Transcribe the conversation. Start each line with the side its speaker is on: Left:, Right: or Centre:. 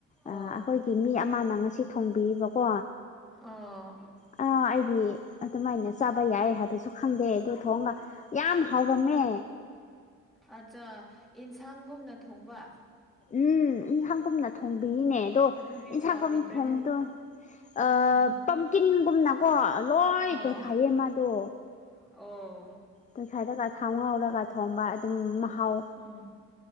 Centre: ꯑꯣ
Left: ꯑ ꯑꯩꯈꯣꯏ ꯃꯤ ꯑꯃꯅ ꯉꯁꯤ ꯊꯣꯡꯕꯤꯕꯀꯣ꯫
Centre: ꯑ
Left: ꯑ ꯑꯩꯗꯤ ꯑꯗꯨꯃꯥꯏꯅ ꯆꯥꯕ ꯌꯥꯏ ꯍꯥꯏꯕꯁꯨ ꯈꯪꯗꯦ ꯑꯗꯨ ꯊꯣꯡꯒ ꯌꯥꯝ ꯍꯥꯎꯔꯝꯃꯦ꯫
Centre: ꯑꯠꯆꯥ ꯏꯟꯁꯥꯡꯒꯨꯝꯅ ꯊꯣꯡꯕ?
Left: ꯎꯝ ꯏꯟꯁꯥꯡꯒꯨꯝꯅ ꯊꯣꯡꯕꯤꯏꯅꯦ ꯑꯗꯣ
Centre: ꯑꯁ ꯑꯗꯨꯗꯤ
Left: ꯏꯟꯁꯥꯡꯒꯨꯝ
Centre: ꯆꯥꯕꯤꯗ꯭ꯔꯦꯍꯦ
Left: ꯊꯣꯡꯕꯗꯣ ꯑ
Centre: ꯎꯝ
Left: ꯄꯝꯀꯤꯟꯒꯨꯝꯅꯀꯣ ꯂꯣꯏ
Centre: ꯑꯣ
Left: ꯇꯣꯏꯈꯥꯏꯌꯦ ꯃꯥꯗꯣ꯫
Centre: ꯑꯣ
Left: ꯇꯣꯏꯈꯥꯏꯔꯒ ꯊꯥꯎ ꯉꯥꯎꯔꯒ ꯊꯣꯡꯕ ꯑꯗꯨꯝ ꯃ ꯍꯥꯎ
Centre: ꯎꯝ